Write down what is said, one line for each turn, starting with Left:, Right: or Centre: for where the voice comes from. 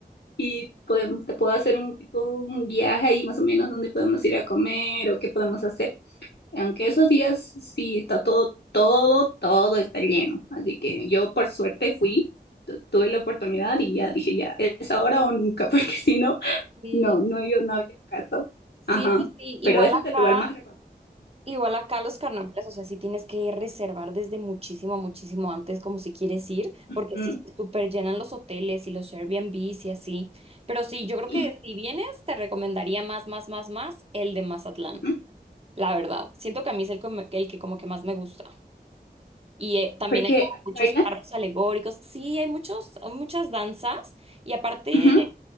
Left: y podemos, te puedo hacer un tipo un guiaje ahí más o menos donde podemos ir a comer o qué podemos hacer. Aunque esos días sí está todo, todo, todo está lleno. Así que yo por suerte fui, tu- tuve la oportunidad y ya dije ya, es ahora o nunca, <laughs> porque si no,
Right: Sí,
Left: no, no, yo no había caso.
Right: sí,
Left: Ajá.
Right: sí, sí. Igual
Left: Pero ese
Right: acá.
Left: es el lugar más recomendado.
Right: Igual acá los carnavales, o sea, sí tienes que reservar desde muchísimo, muchísimo antes, como si quieres ir,
Left: Ujú.
Right: porque sí se super llenan los hoteles y los Airbnbs y así. Pero sí, yo creo
Left: Y-
Right: que si vienes, te recomendaría más, más, más, más el de Mazatlán,
Left: ujú.
Right: la verdad. Siento que a mí es el, come- el que como que más me gusta. Y eh, también
Left: Porque
Right: hay como
Left: aquí
Right: muchos
Left: bailan.
Right: carros alegóricos. Sí, hay muchos, muchas danzas. Y aparte.
Left: Ujú.